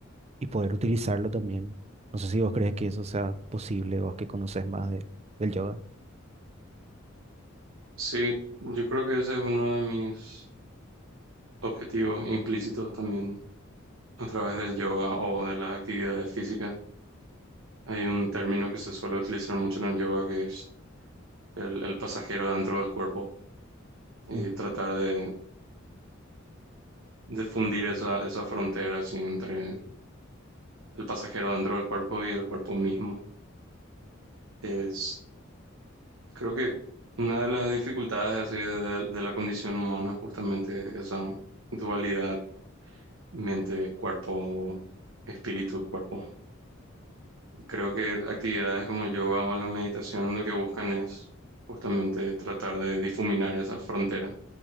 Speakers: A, on the right; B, on the right.
A: y poder utilizarlo también. No sé si vos crees que eso sea posible, vos que conoces más de, del yoga.
B: Sí, yo creo que ese es uno de mis objetivos implícitos también a través del yoga o de las actividades físicas. Hay un término que se suele utilizar mucho en el yoga que es el, el pasajero dentro del cuerpo y
A: Mm,
B: tratar de, de fundir esa, esa frontera así entre el pasajero dentro del cuerpo y el cuerpo mismo. Es Creo que una de las dificultades así de, de- de la condición humana, justamente esa dualidad mente-cuerpo, espíritu-cuerpo. Creo que actividades como el yoga o la meditación lo que buscan es justamente tratar de difuminar esa frontera.